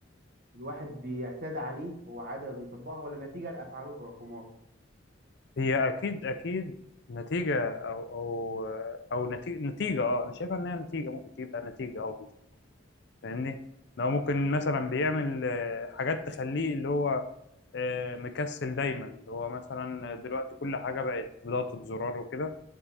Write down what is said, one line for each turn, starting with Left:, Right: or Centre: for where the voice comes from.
Right: الواحد بيعتاد عليه هو عاده بيطبقها ولا نتيجه لافعاله وتراكمات
Left: هي اكيد اكيد نتيجة او او او نتيجة نتيجة اه انا شايفها ان هي نتيجة ممكن تبقى نتيجة او فاهمني لو ممكن
Right: مم.
Left: مثلا بيعمل آه، حاجات تخليه اللي هو آه، مكسل دايما اللي هو مثلا دلوقتي كل حاجة بقت بضغطة زرار وكده